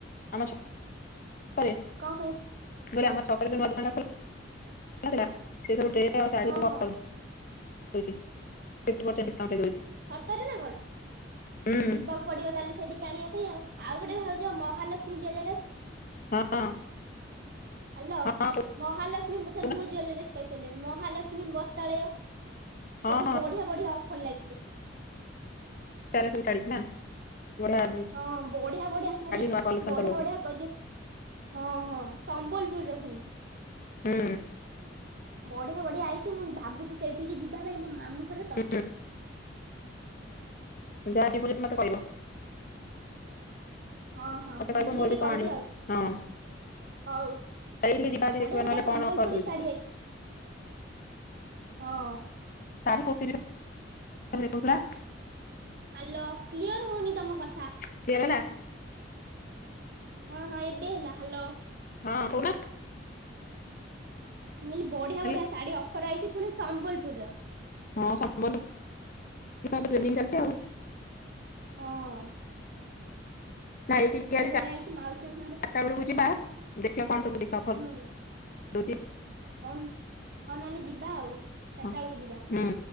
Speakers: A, on the left (about 45°); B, on the right (about 55°).
A: ଆମ ଛକରେ?
B: କଁ କଇସ୍
A: ମୁଁ କଇଲି ଆମ ଛକରେ ଯୋଉ ନୂଆ ଦୋକାନଟା ଖୋଲ ନ ଥିଲା ସିଏ ସବୁ ଡ୍ରେସ୍ ଆଉ ଶାଢ଼ୀ
B: ହଁ
A: ସବୁ ଅଫର୍
B: ହଁ
A: ଦୋଉ ଦୋଉଚି ଫିଫ୍ଟି ପରସେଣ୍ଟ ଡିସ୍କାଉଣ୍ଟ ରେ ଦୋଉଛି ହେଲା।
B: ସତରେ ନା କଣ?
A: ହୁଁ
B: ଯିବାକୁ ପଡିବ ତାହେଲେ ସେଇଠିକି ଆଣିବା ପାଇଁ ଆଉ। ଆଉ ଗୋଟେ ଭାଉଜ ମହାଲକ୍ଷ୍ମୀ ଜୁଏଲରେସ୍
A: ହଁ।
B: ହାଲୋ
A: ହଁ
B: ମହାଲକ୍ଷ୍ମୀ ମୁଁ
A: କହୁନ
B: ସରି ମୁଁ ଜୁଏଲେରେସ୍ କହିସାରିଲିଣି ମହାଲକ୍ଷ୍ମୀ ବସ୍ତାଳୟ।
A: ହଁ
B: ସେଠି
A: ହଁ
B: ବଢିଆ ବଢିଆ ଅଫର୍ ଲାଗିଚି।
A: ଚାରା ସବୁ ଛାଡିଚି ନା? ବଢିଆ
B: ହଁ ବଢିଆ ବଢିଆ ଶାଢୀ
A: ନୂଆ କଲେକ୍ସନ
B: ବଢିଆ
A: ସବୁ ରଖୁଛି
B: ବଢିଆ କ ଯୋଉ ହଁ ହଁ ସମ୍ବଲପୁରୀର ଫୁଣି।
A: ହୁଁ।
B: ବଢିଆ ବଢିଆ ଆଇଚି ମୁଁ ଭାବୁଚି ସେଇଠିକି ଯିବା ପାଇଁ ମୋ ମାମୁ ଘରେ ତ।
A: ହୁଁ ଯାଅ ଯିବ ଜଦି ମତେ କଇବ।
B: ହଁ ହଁ
A: ମତେ କହିବ
B: ଯିବି
A: ମୋର
B: ଯଦି
A: ବି କଣ
B: କହିବି
A: ଆଣିବ
B: ଆଉ।
A: ହଁ
B: ହୋଉ
A: ସେଇଠିକି ଯିବା ଆଜି
B: ବଢିଆ
A: ଦେଖିବା ନହେଲେ
B: ବଢିଆ ସମ୍ବଲପୁରୀ
A: କଣ ଅଫର ଦଉଛି
B: ଶାଢୀ ଆଇଚି। ହଁ।
A: ତାରିଖ ତିରିଶି ତାରିଖି ଦେଖୋଉଥିଲା।
B: ହାଲୋ କ୍ଲିଅର ହୋଉନି ତମ କ
A: କ୍ଳିଅର ହେଲା?
B: ହଁ ହଁ ଏବେ ହେଲା। ହାଲୋ
A: ହଁ କୋଉନା?
B: ମୁଁ କଇଲି ବଢିଆ
A: ହେଲା
B: ବଢିଆ ଶାଢୀ ଅଫର୍ ଆଇଚି ଫୁଣି ସମ୍ବଲପୁରୀ ର।
A: ହଁ ସମ୍ବଲପୁରୀ ର ଏବେ ଟ୍ରେଡିଙ୍ଗ ଚାଲ୍ଛି ଆଉ।
B: ଅଁଆ।
A: ନାଇଁ ଟିକେ ଆଜି ଚା
B: ବଢିଆ
A: ଚାର୍ଟା
B: ହେଇଛି ମାଉସୀ ସାଙ୍ଗରେ କ-
A: ବେଳୁକୁ ଯିବା ଦେଖିବା କଣ ସବୁ ଦେଖିବା ଡିଶପ
B: ହୁଁ ହୁଁ।
A: ଦୁଇତି।
B: ହୋଉ ହୋଉ ନହେଲେ ଯିବା ଆଉ ଚାର୍ଟା
A: ହଁ
B: ଏଳୁକୁ ଯିବା।
A: ହୁଁ